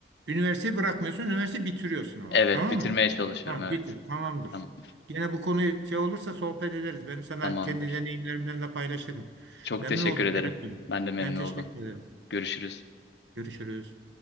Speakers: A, on the right; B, on the left.
A: Üniversiteyi bırakmıyorsun, üniversiteyi bitiriyorsun ama.
B: Evet,
A: Tamam
B: bitirmeye
A: mı?
B: çalışıyorum.
A: Tamam,
B: Evet.
A: bitir. Tamamdır.
B: Tamamdır.
A: Gene bu konuyu şey olursa sohbet ederiz. Ben sana
B: Tamamdır.
A: kendi deneyimlerimden de paylaşırım.
B: Çok
A: Memnun
B: teşekkür
A: oldum
B: ederim.
A: Kerem'ciğim.
B: Ben de memnun
A: Ben teşekkür
B: oldum.
A: ederim.
B: Görüşürüz.
A: Görüşürüz.